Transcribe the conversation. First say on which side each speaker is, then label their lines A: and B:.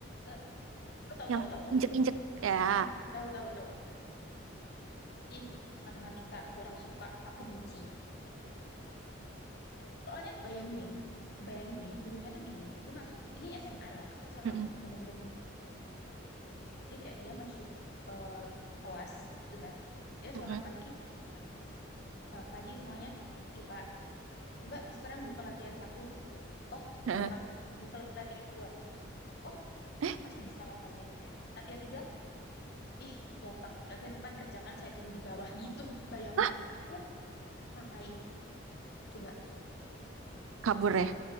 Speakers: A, on the left; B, on the right.
A: Ke- tahu
B: yang
A: tahu tahu tahu.
B: injek-injek ya.
A: Mm-mm. Tahu tahu tahu. Mm. Ih, matematika kurang suka, aku benci. Soalnya bayangin ya, bayangin ya, gurunya tuh gini, dia masuk ini SMA ya. Aku SMA
B: Mm-mm.
A: tuh bener-bener benci banget sama matematika. Dia kayak dia masuk eh, kelas gitu kan. Ya
B: Mm-mm.
A: selamat pagi. gitu kan. Selamat pagi semuanya. Pagi Pak. Coba sekarang buka latihan satu gitu kan. Oh,
B: Heeh.
A: gampang ini. Buka latihan dua. Oh,
B: Eh,
A: pasti bisa lah kalian gitu. kan. Latihan tiga Ih, gampang. Latihan empat kerjakan saya tunggu di bawah gitu. Bayangin,
B: hah?
A: aku ngapain? Coba.
B: Kabur ya?